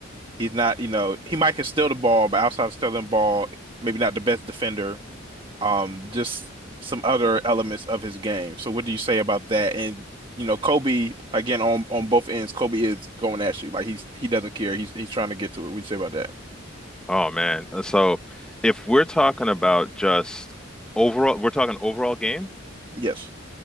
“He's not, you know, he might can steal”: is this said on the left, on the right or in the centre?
Right